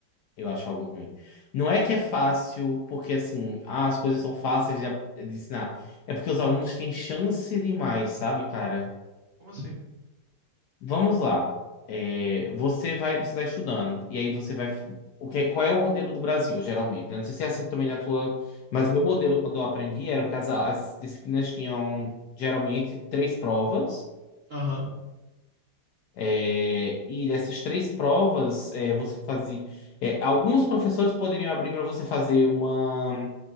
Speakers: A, on the left (about 70°); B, on the right (about 85°).
A: Eu acho algo ruim. Não é que é fácil, porque assim, ah, as coisas são fáceis de, ap- de ensinar. É porque os alunos têm chance demais, sabe, cara?
B: Como assim?
A: Vamos lá. É, você vai, você está estudando, e aí você vai. O que, é, qual é o modelo do Brasil, geralmente? né? Não sei se é assim também na tua. Mas o meu modelo, quando eu aprendi, era que as, as disciplinas tinham geralmente três provas.
B: Aham.
A: É, e dessas três provas, é, você fazia. é, alguns professores poderiam abrir para você fazer uma.